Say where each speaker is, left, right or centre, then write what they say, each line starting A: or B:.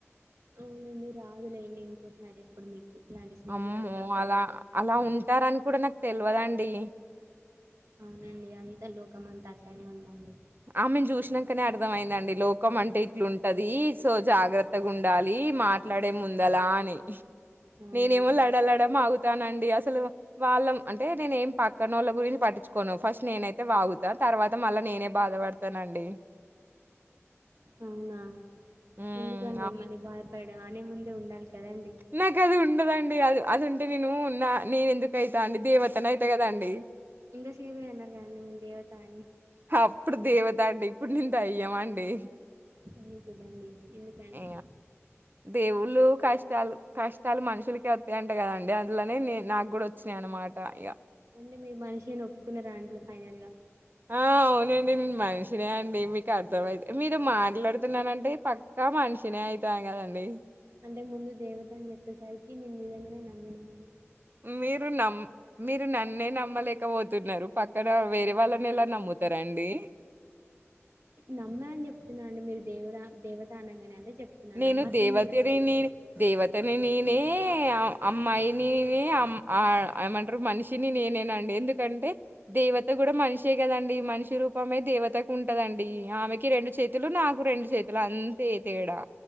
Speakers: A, on the right; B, on the right.
A: అవునండి రాదులేండి ఇంకోసారి ఎప్పుడు మీకు ఇలాంటి స్నేహితురాలు
B: అమ్మో
A: దొరకదు
B: అలా అలా ఉంటారని కూడా నాకు తెల్వదండి
A: అవునండి అంత లోకం అంతా అట్లనే ఉందండి
B: ఆమెను చూసినాకనే అర్థమయిందండి లోకం అంటే ఇట్లుంటది సో జాగ్రత్తగా ఉండాలి మాట్లాడే ముందలా అని
A: అవునండి
B: నేనేమో లడలడ వాగుతానండి అసలు వాళ్ళం అంటే నేనే ఏం పక్కన వాళ్ళ గురించి పట్టి నచ్చుకోను ఫస్ట్ నేనైతే వాగుతా తర్వాత మళ్ళా నేనే బాధపడతానండి
A: అవునా
B: హ్మ్.
A: ఎందుకండి మళ్ళీ బాధపడం అనే ముందే ఉండాలి కదండి
B: నాక అది ఉండదాన్ ఆ అద్ అదింటే నేను ఉన్నా నేన ఎందుకు అయిత అండి దేవతన అయిత కదాండి
A: ఇంకా సేపే అన్నారు కాదండీ మీ దేవత అని
B: అప్పుడు దేవత అండి ఇప్పుడు నేను దెయ్యం అండి
A: వీరి గుడ్ అండి ఎందుకండి
B: ఏ దేవుళ్ళు కష్టాలు కష్టాలు మనుషులకే వతాయింటే కదండి అందులోనే నే నాకు కూడా వచ్చినాయ మాటా ఇగ
A: అంటే మీరు మనిషి అని ఒప్పుకున్న రా అండి ఫైనల్ గా
B: ఆ అవునండి నేను మనిషినే అండి మీకు అర్థమైది మీరు మాట్లాడుతున్నానంటే పక్కా మనిస్ మషినే అయిత కదండి
A: అంటే ముందు దేవత అని చెప్పేసరికి నేను నిజంగానే నమ్మినాండి
B: మీరు నమ్ మీరు నన్నే నమ్మలేకపోతున్నారు పక్కన వేరే వాళ్ళని ఎలా నమ్ముతారాండి
A: నమ్మ అని చెప్తున్నా అండి మీరు దేవు దేవతా అనంగానే అదే చెప్తున్నాను
B: నేను
A: నమ్మట్లేనని
B: దేవతరిని
A: చెప్పలేదు
B: దేవత్ అతని నేనే అమ్మాయినినే అమ్ ఆ ఏమంటారు మనిషిని నేనేనండి ఎందుకంటే దేవత కూడా మనిషే కదండి మనిషి రూపమే దేవతకు ఉంటదండి ఆమెకి రెండు చేతులు నాకు రెండు చేతులు అంతే తేడా